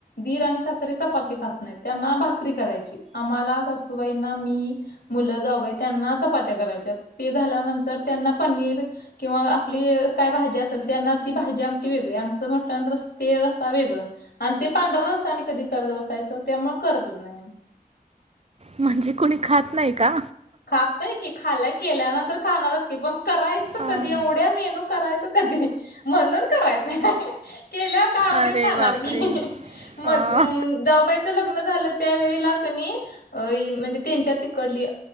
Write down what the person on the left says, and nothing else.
दीर आणि सासरे चपाती खात नाहीत. त्यांना भाकरी करायची. आम्हाला, सासूबाईंना, मी. मुलं, जाऊबाई त्यांना चपात्या करायच्या. ते झाल्यानंतर त्यांना पनीर. किंवा आपली काय? भाजी असेल, त्यांना ती भाजी, आमटी वेगळी. आमचं मटण रस ते रस्सा वेगळं. आणि ते पांढरा रस्सा आणि कधी? करत बसायचं. त्यामुळे करतच नाही.
खातय की, खायला केल्यानंतर खाणारच की. पण करायचं
कधी एवढ्या मेनू तो करायच कधी? म्हणून करायच <unintelligible> केल्याव का? आवडीन
खाणार
की, <unintelligible> मग,
अ. जाऊबाईच लग्न झालं त्यावेळेला का नई अ इ म्हणजे तेच्या तिकडली